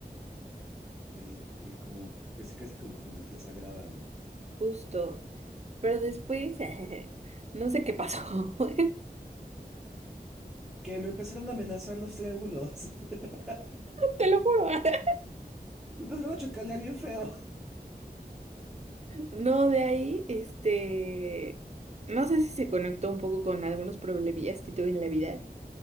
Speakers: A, in the centre; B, on the right.
A: ok, ok. Como, casi, casi como geometría sagrada, ¿no?
B: justo. Pero después, <laughs> no sé qué pasó. <laughs>
A: que me empezaron a amenazar los triángulos. <laughs>
B: Te lo juro. <laughs>
A: Me empezaron a chocalear bien feo.
B: No, de ahí, este, no sé si se conectó un poco con algunos problemillas que tuve en la vida.